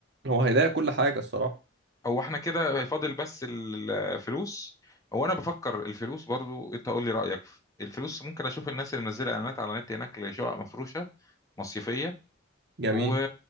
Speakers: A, on the right (about 55°); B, on the left (about 15°).
A: هو هيضايق كل حاجه الصراحه
B: هو احنا كده هيفاضل بس الفلوس هو انا بفكر الفلوس برضو انت قول لي رأيك الفلوس ممكن اشوف الناس اللي منزله اعلانات على النت هناك لشقق مفروشه مصيفيه
A: جميل
B: و...